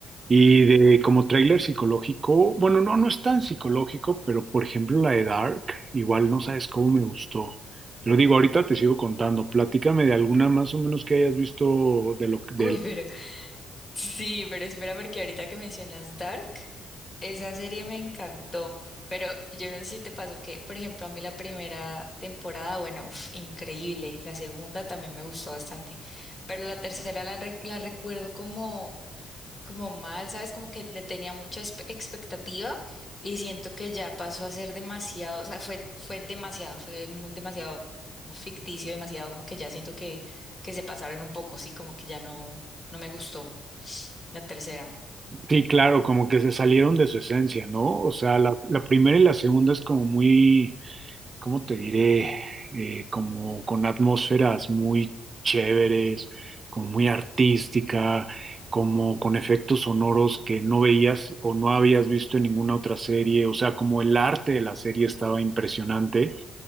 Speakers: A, on the right; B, on the left.
A: Y de como tráiler psicológico, bueno, no, no es tan psicológico, pero por ejemplo la de Dark, igual no sabes cómo me gustó. Pero digo, ahorita te sigo contando, platícame de alguna más o menos que hayas visto de lo de
B: Uy, pero <laughs> sí, pero espera porque ahorita que mencionas Dark. Esa serie me encantó, pero yo no sé si te pasó que, por ejemplo, a mí la primera temporada, bueno, uf, increíble, la segunda también me gustó bastante, pero la tercera la, re- la recuerdo como, como mal, ¿sabes? Como que le tenía mucha espe- expectativa y siento que ya pasó a ser demasiado, o sea, fue, fue demasiado, fue mu- demasiado ficticio, demasiado como que ya siento que, que se pasaron un poco, sí, como que ya no, no me gustó la tercera.
A: Sí, claro, como que se salieron de su esencia, ¿no? O sea, la, la primera y la segunda es como muy ¿cómo te diré? Eh, como con atmósferas muy chéveres, como muy artística, como con efectos sonoros que no veías o no habías visto en ninguna otra serie, o sea, como el arte de la serie estaba impresionante,